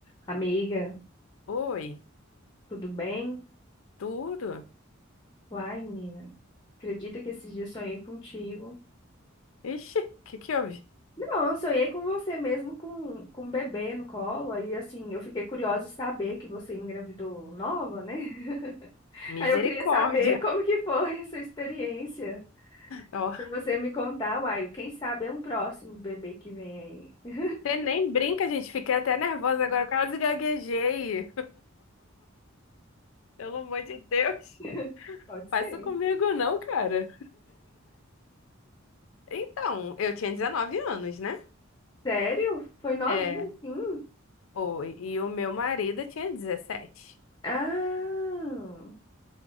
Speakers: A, on the left; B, on the left.
A: Amiga,
B: Oi,
A: tudo bem?
B: tudo?
A: Uai, menina, acredita que esses dias sonhei contigo?
B: Ixi, o que que houve?
A: Não, eu sonhei com você mesmo, com, com um bebê no colo. Aí, assim, eu fiquei curiosa de saber que você engravidou nova, né? <laughs>
B: Misericórdia.
A: Aí eu queria saber como que foi essa experiência.
B: Ó,
A: Pra você me contar, uai, quem sabe é um próximo bebê que vem aí.
B: você nem brinca, gente. Fiquei até nervosa agora, quase gaguejei. <laughs> Pelo amor de Deus.
A: <laughs> Pode ser.
B: Faz isso comigo não, cara. Então, eu tinha 19 anos, né?
A: Sério? Foi novinho,
B: É,
A: sim?
B: foi. E o meu marido tinha 17.
A: Ah,